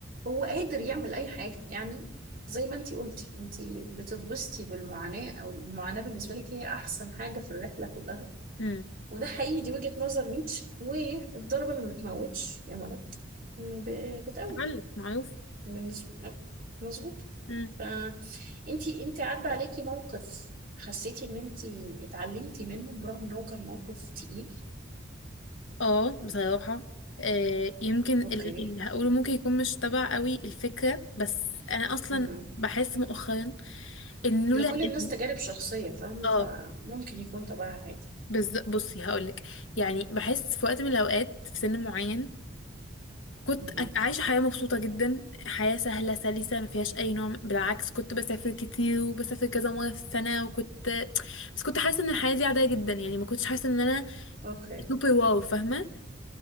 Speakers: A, on the right (about 45°); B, on the left (about 80°).
A: هو قادر يعمل أي حاجة يعني زي ما انتي قلتي انتي بتتبسطي بالمعاناة أو المعاناة بالنسبة لك هي أحسن حاجة في الرحلة كلها
B: امم
A: وده حقيقي دي وجهة نظر نيتشه والضربة اللي ما بتموتش يا مرض ب- بتقوي
B: تعلق معروف
A: بالنسبة مظبوط
B: امم
A: ف انتي انتي عدى عليكي موقف حسيتي ان انتي اتعلمتي منه برغم ان هو كان موقف تقيل
B: اه بصراحة آه يمكن ال-
A: اوكي
B: اللي هقوله ممكن يكون مش تبع قوي الفكرة بس انا اصلا
A: مهم.
B: بحس مؤخرا ان لولا
A: لكل الناس
B: ال-
A: تجارب شخصية فاهمة
B: اه
A: فممكن يكون تبعها عادي
B: بالظبط بصي هقولك يعني بحس في وقت من الاوقات في سن معين كنت
A: مهم.
B: أ- عايشة حياة مبسوطة جدا حياة سهلة سلسة ما فيهاش أي نوع من- بالعكس كنت بسافر كتير وبسافر كذا مرة في السنة وكنت <sniffs> بس كنت حاسة إن الحياة دي عادية جدا يعني ما كنتش حاسة إن أنا
A: اوكي
B: سوبر واو فاهمة